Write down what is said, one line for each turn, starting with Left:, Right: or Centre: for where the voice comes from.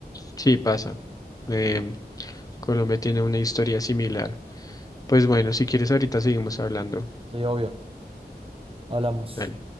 Left: Sí, pasa. Em, Colombia tiene una historia similar. Pues bueno, si quieres ahorita seguimos hablando.
Right: Sí, obvio. Hablamos.
Left: Dale.